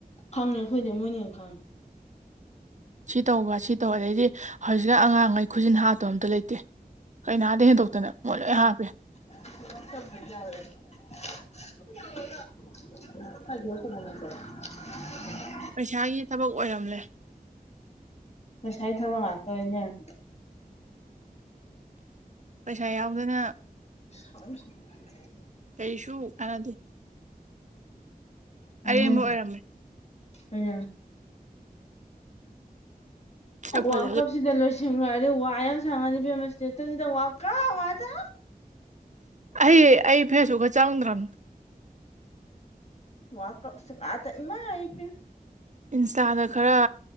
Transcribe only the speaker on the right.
ꯁꯤ ꯇꯧꯕ ꯁꯤ ꯇꯧꯕ ꯑꯗꯩꯗꯤ ꯍꯧꯖꯤꯛꯅ ꯑꯉꯥꯡꯉꯩ ꯈꯨꯖꯤꯟ ꯍꯥꯠꯇꯕ ꯑꯝꯇ ꯂꯩꯇꯦ ꯀꯩꯅꯥꯗꯩ ꯍꯦꯟꯗꯣꯛꯇꯅ ꯃꯣꯏ ꯂꯣꯏ ꯍꯥꯞꯄꯦ
ꯄꯩꯁꯥꯒꯤ ꯊꯕꯛ ꯑꯣꯏꯔꯝꯂꯦ
ꯄꯩꯁꯥ ꯌꯥꯎꯗꯅ
ꯀꯩꯁꯨ ꯀꯥꯟꯅꯗꯦ
ꯑꯔꯦꯝꯕ ꯑꯣꯏꯔꯝꯃꯦ
ꯁꯛ ꯐꯖ
ꯑꯩ-ꯑꯩ ꯐꯦꯁꯕꯨꯛꯀ ꯆꯪꯗ꯭ꯔꯝ
ꯏꯟꯁꯇꯥꯗ ꯈꯔ